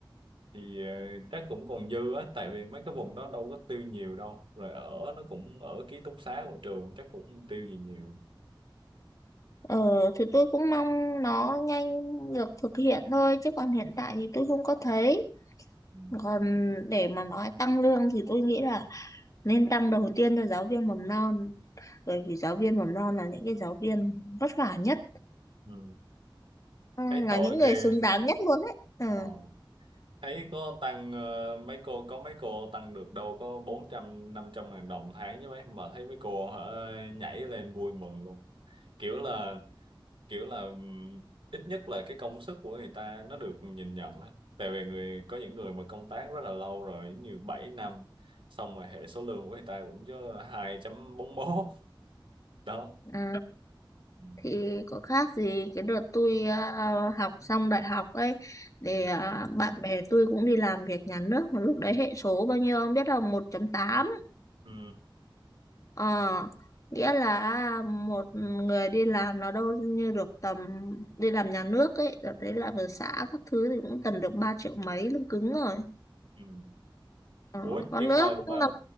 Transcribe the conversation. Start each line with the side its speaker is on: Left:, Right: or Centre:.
Right: thì ờ, chắc cũng còn dư á tại vì mấy cái vùng đó đâu có tiêu nhiều đâu rồi ở nó cũng ở ký túc xá của trường chắc cũng không tiêu gì nhiều
Left: Ờ thì tôi cũng mong nó nhanh được thực hiện thôi chứ còn hiện tại thì tôi không có thấy.
Right: ừ.
Left: Còn để mà nói tăng lương thì tôi nghĩ là nên tăng đầu tiên cho giáo viên mầm non bởi vì giáo viên mầm non là những cái giáo viên vất vả nhất,
Right: Ừ.
Left: à,
Right: thấy
Left: là
Right: tội
Left: những người
Right: ghê
Left: xứng đáng nhất luôn đấy.
Right: ờ.
Left: Ừ.
Right: thấy có tăng ờ, mấy cô có mấy cô tăng được đâu có 400 500 ngàn đồng tháng với mấy mà thấy mấy cô hả nhảy lên vui mừng luôn kiểu là kiểu là ừm, ít nhất là cái công sức của người ta nó được nhìn nhận á tại vì người có những người mà công tác rất là lâu rồi như 7 năm xong rồi hệ số lương của người ta cũng chứ 2.41 <laughs> đó
Left: Ừ,
Right: ừ.
Left: thì có khác gì cái đợt tôi à, học xong đại học ấy để
Right: Ừ.
Left: à, bạn bè tôi cũng đi làm việc nhà nước mà lúc đấy hệ số bao nhiêu không biết là một chấm tám
Right: Ừ.
Left: Ờ, nghĩa là à, một người đi làm nó đâu như được tầm đi làm nhà nước ấy, rồi thấy làm ở xã các thứ thì cũng tầm được 3 triệu mấy lương cứng rồi.
Right: Ừ.
Left: Ờ,
Right: Ủa nhưng
Left: còn nữa
Right: mà
Left: cũng
Right: mà
Left: làm